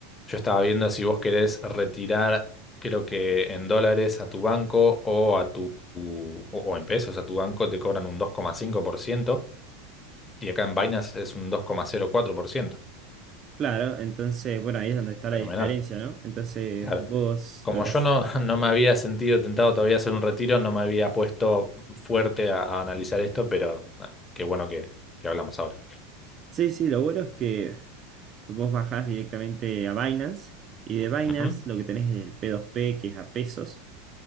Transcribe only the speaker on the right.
Claro, entonces, bueno, ahí es donde está
la diferencia, ¿no? Entonces,
vos
lo que
haces...
Sí, sí, lo bueno es que Vos bajás directamente a Binance y de Binance
lo que tenés es el P2P, que es a pesos.